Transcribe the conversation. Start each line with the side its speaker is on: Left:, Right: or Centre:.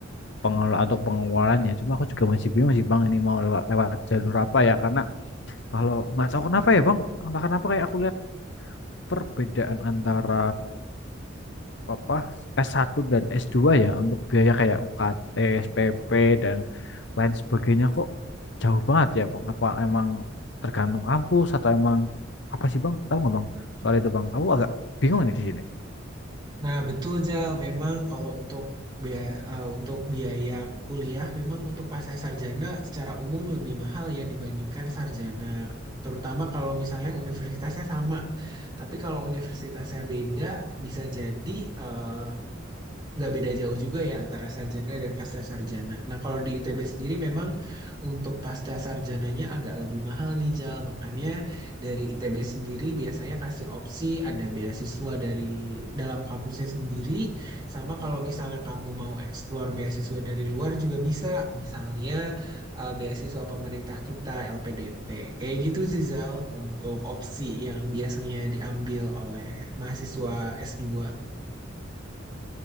Left: pengelola atau pengeluarannya. Cuma aku juga masih bingung sih Bang ini mau lewa- lewat, jalur apa ya karena kalau nggak tahu kenapa ya Bang, entah kenapa kayak aku lihat perbedaan antara apa S1 dan S2 ya untuk biaya kayak UKT, SPP dan lain sebagainya kok jauh banget ya Bang. Apa emang tergantung kampus atau emang apa sih Bang? Tahu nggak Bang? Soal itu Bang, aku agak bingung nih di sini.
Right: Nah, betul Jal. Memang kalau untuk biaya, untuk biaya kuliah, memang untuk pasca sarjana secara umum lebih mahal ya dibandingkan sarjana. Terutama kalau misalnya universitasnya sama. Tapi kalau universitasnya beda, bisa jadi eh, nggak beda jauh juga ya antara sarjana dan pascasarjana. Nah, kalau di ITB sendiri memang untuk pascasarjananya agak lebih mahal nih, Jal. Makanya dari ITB sendiri biasanya kasih opsi ada beasiswa dari dalam kampusnya sendiri. Sama kalau misalnya kamu mau explore beasiswa dari luar juga bisa. Misalnya eh, beasiswa pemerintah kita, LPDP. Kayak gitu sih, Zal, untuk opsi yang biasanya diambil oleh mahasiswa S2